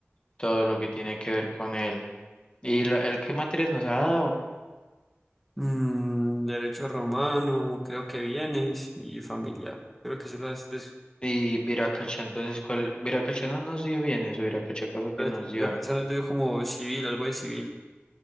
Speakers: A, on the left; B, in the centre.
A: todo lo que tiene que ver con él. ¿Y lo- él qué materias nos ha dado?
B: Mm, derecho romano, creo que bienes y familia. Creo que se las, pues,
A: Y Viracacha, entonces, ¿cuál? Viracacha no nos dio bien eso. Viracacha que fue que
B: la
A: nos dio.
B: la canción nos dio como civil, algo de civil.